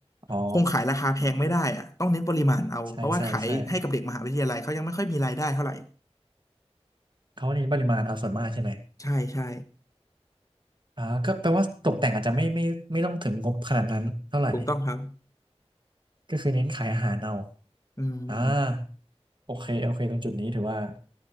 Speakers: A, on the right; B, on the left.
A: อ๋อ
B: คงขายราคาแพงไม่ได้อะต้องเน้นปริมาณเอาเพราะว่าขายให้กับเด็กมหาวิทยาลัยเขายังไม่ค่อยมีรายได้เท่าไหร่
A: ใช่ใช่ใช่เขาเน้นปริมาณเอาส่วนมากใช่ไหม
B: ใช่ใช่
A: อ่าก็แปลว่าตกแต่งอาจจะไม่ไม่ไม่ต้องถึงงบขนาดนั้นเท่าไหร่
B: ถูกต้องครับ
A: ก็คือเน้นขายอาหารเอา
B: อืม
A: อ่าโอเคโอเคตรงจุดนี้ถือว่า